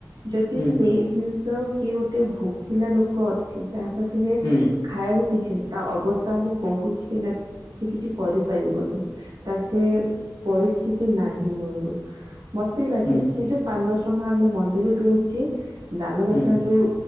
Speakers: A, on the right; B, on the left.
A: ଯଦି
B: ହୁଁ
A: ସେଇ ଜିନିଷ କିଏ ଗୋଟେ ଭୋକିଲା ଲୋକ ଅଛି ଯାହା ପାଖରେ
B: ହୁଁ
A: ଖାଇବାକୁ କିଛି ନାହିଁ ତା ଅବସ୍ଥାକୁ କହୁଛି କି ନା ସେ କିଛି କରିପାରିବନି ତାର ସେ ପରିସ୍ଥିତି ନାହିଁ ମୂଳରୁ। ମତେ ଲାଗେ
B: ହୁଁ ହୁଁ
A: ସେ ଯୋଉ ପାଞ୍ଚ ଦଶ ଟଙ୍କା ଆମେ ମନ୍ଦିର ଦଉଛେ ଦାନ ଦକ୍ଷିଣା
B: ହୁଁ
A: ଯୋଉ